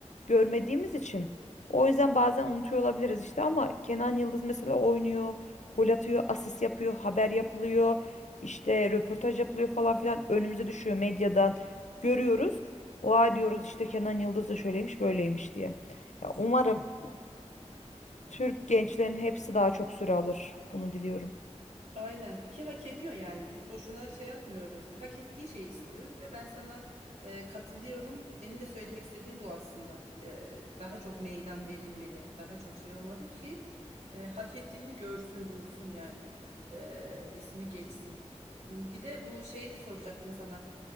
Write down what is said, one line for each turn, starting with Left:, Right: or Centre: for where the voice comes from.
Left: görmediğimiz için. O yüzden bazen unutuyor olabiliriz işte ama Kenan Yıldız mesela oynuyor, gol atıyor, asist yapıyor, haber yapılıyor, işte röportaj yapılıyor falan filan önümüze düşüyor medyadan görüyoruz. Oha diyoruz işte Kenan Yıldız da şöyleymiş böyleymiş diye. Ya umarım Türk gençlerin hepsi daha çok süre alır. Bunu diliyorum.
Right: Aynen ki hak ediyor yani biz boşuna şey yapmıyoruz hak ettiği şeyi istiyoruz ve ben sana e, katılıyorum benim de söylemek istediğim bu aslında E, daha çok meydan verilmeli daha çok şey olmalı ki e, hak ettiğini görsün bulsun yani E, ismi geçsin M, bir de bu şeyi de soracaktım sana